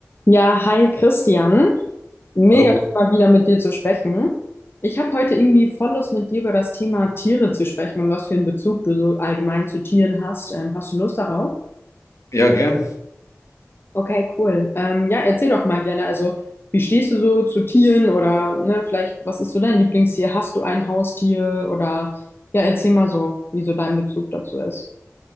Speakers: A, on the left; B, on the left.
A: Ja, hi Christian. Mega
B: Hallo.
A: schön, mal wieder mit dir zu sprechen. Ich habe heute irgendwie voll Lust, mit dir über das Thema Tiere zu sprechen und was für einen Bezug du so allgemein zu Tieren hast. Ähm, hast du Lust darauf?
B: Ja, gern.
A: Okay, cool. Ähm, ja, erzähl doch mal gerne. Also, wie stehst du so zu Tieren oder ne, vielleicht, was ist so dein Lieblingstier? Hast du ein Haustier? Oder ja, erzähl mal so, wie so dein Bezug dazu ist.